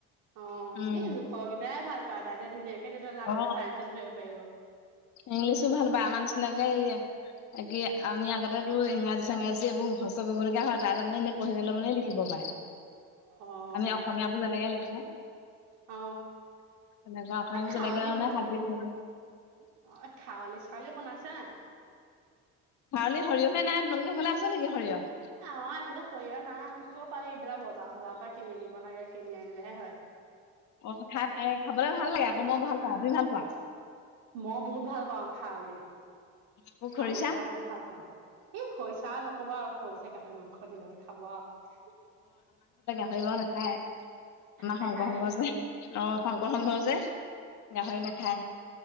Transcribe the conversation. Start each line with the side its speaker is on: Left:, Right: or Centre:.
Right: অ
Left: উম
Right: এই জোখকেইটাই ভাল পাই দাদা ধুনীয়াকে তেতিয়া আগলে
Left: অ
Right: চায়ন্সত পঢ়িব পাৰিব
Left: ইংলিছো ভাল পায়। আমাৰ নিচিনাকে কি আমি আগতে তো ইংৰাজী চাঙে যে এইবোৰ মুখস্থ কৰিবলগীয়া হয়। তাৰমানে এনে পঢ়িব লে মানে লিখিব পায়।
Right: অ',
Left: আমি অসমীয়াবোৰ যেনেকে লিখো তেনেকা
Right: অ
Left: আখবোৰ
Right: এ খাৱলি
Left: যেনেকে ধানে
Right: ব
Left: হাজ দি থিব উম
Right: অ এই খাৱলি চাউলি বনাইছা নাই?
Left: ভাৰলি সৰিয়হে নাই তোমালোকে সইফালে আছে নেকি সৰিয়হ
Right: অ এইফালে সৰিয়হ নাই ক পাৰ এইবিলাক বজাৰ চজাৰৰ পৰা কিনি আনিব লাগে কিনি আনি হয়
Left: অ খাই এ খাবলে ভাল লাগে
Right: <unintelligible>
Left: আকৌ মই ভাল পাওঁ তুমি ভাল পোৱা?
Right: মই বহুত ভাল পাওঁ। খাৱলি
Left: আকৌ
Right: খাৱলি
Left: খৰিচা
Right: খাই বৰ ভাল পাওঁ। এই খৰিচা নকবা আৰু গাহৰি মাংস দিলে ঘ খাব আৰু <unintelligible>
Left: ধৰি বাৱ নাখায়। আমাৰ
Right: নেখায়
Left: শংকৰ সংঘ
Right: নি
Left: যে। অ শংকৰ সংঘ যে। <unintelligible> গাহৰি নাখায়